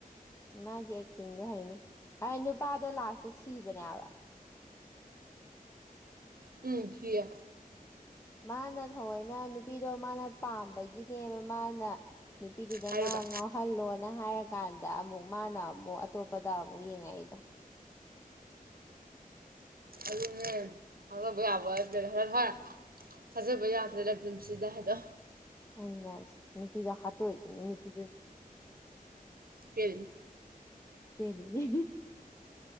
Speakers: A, on the left (about 20°); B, on the right (about 75°).
A: ꯃꯥꯒꯤ ꯑꯦꯛꯇꯤꯡꯗꯣ ꯍꯩꯅꯤ ꯑ ꯅꯨꯄꯥꯗꯣ ꯂꯥꯁꯇ ꯁꯤꯕꯅꯦꯕ
B: ꯎꯝ ꯌꯦꯠ
A: ꯃꯥꯅ ꯊꯑꯣꯏꯅ ꯅꯨꯄꯤꯗꯣ ꯃꯥꯅ ꯄꯥꯝꯕꯒꯤꯅꯦꯕ ꯃꯥꯅ ꯅꯨꯄꯤꯗꯨꯗ
B: ꯍꯥꯏꯔꯣꯕ
A: ꯃꯥ ꯉꯥꯎꯍꯜꯂꯣꯅ ꯍꯥꯏꯔ ꯀꯥꯟꯗ ꯑꯃꯨꯛ ꯃꯥꯅ ꯑꯃꯨꯛ ꯑꯇꯣꯞꯄꯗ ꯑꯃꯨꯛ ꯌꯦꯡꯉꯛ ꯑꯩꯗꯣ
B: ꯑꯨ ꯃꯦꯝ ꯍꯗ ꯕꯌꯥꯕꯔꯚ ꯊꯥꯖꯕ ꯌꯥꯗ꯭ꯔꯦ ꯂꯝꯗꯝꯁꯤꯗ ꯍꯥꯏꯗꯣ
A: ꯑ ꯅꯨꯄꯤꯗ ꯍꯥꯠꯇꯣꯛꯏꯗꯨꯅꯤ ꯅꯨꯄꯤꯗꯨ
B: ꯄꯦꯅꯤ
A: ꯄꯦꯂꯤꯅꯤ